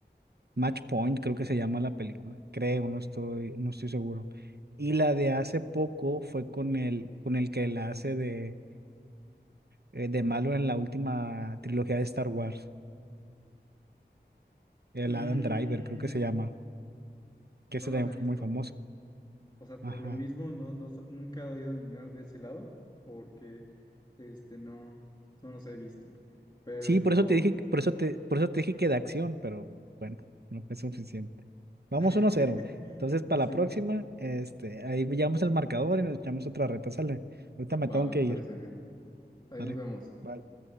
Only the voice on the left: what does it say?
Mm,
no
las
he
visto.
O sea,
por lo mismo no, no, s- nunca he ido a adivinar de ese lado porque este no, no los he visto. Pero
estuvo,
<laughs>
Simón.
Va, me
parece
bien. Ahí
nos vemos.